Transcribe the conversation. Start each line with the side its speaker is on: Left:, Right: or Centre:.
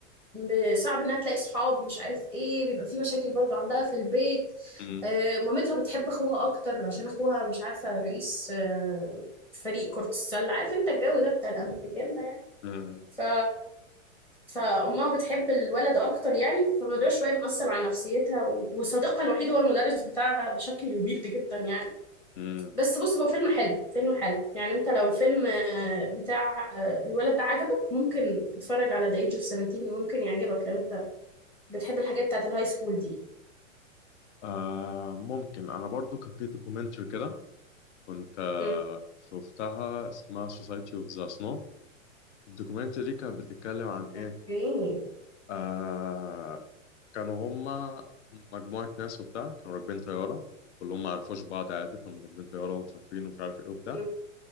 Centre: وصعب انها تلاقي صحاب مش عارف ايه بيبقى في مشاكل برضو عندها في البيت
Left: مم.
Centre: آه مامتها بتحب اخوها اكتر عشان اخوها مش عارفة رئيس آه فريق كرة السلة عارف انت الجو ده بتاع الامريكان ده يعني
Left: مم.
Centre: ف فأمها بتحب الولد أكتر يعني فالموضوع شوية مأثر على نفسيتها و- وصديقها الوحيد هو المدرس بتاعها بشكل ويرد جدا يعني
Left: مم.
Centre: بس بص هو فيلم حلو فيلم حلو يعني انت لو الفيلم آه، بتاع آه، الولد ده عجبك ممكن تتفرج على ذا ايج اوف 17 ممكن يعجبك لو انت بتحب الحاجات بتاعت الهاي سكول دي
Left: آه، ممكن أنا برضو كان فيه دوكيومنتري كده كنت آه،
Centre: مم.
Left: شفتها اسمها Society of the Snow الدوكيومنتري دي كانت بتتكلم عن إيه
Centre: اوكي
Left: آه، كانوا هما مجموعة ناس وبتاع كانوا راكبين طيارة كلهم ما يعرفوش بعض عادي كانوا راكبين طيارة ومسافرين ومش عارف إيه وبتاع
Centre: مم.